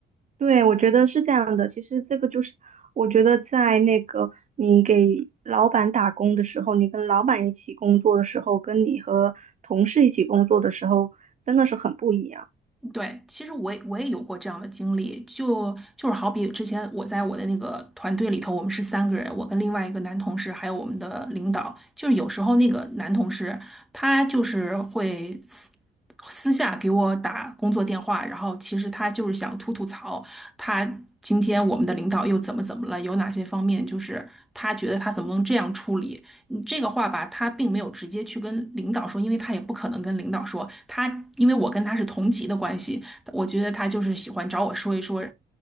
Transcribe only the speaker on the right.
对，我觉得是这样的。其实这个就是，我觉得在那个你给老板打工的时候，你跟老板一起工作的时候，跟你和同事一起工作的时候，真的是很不一样。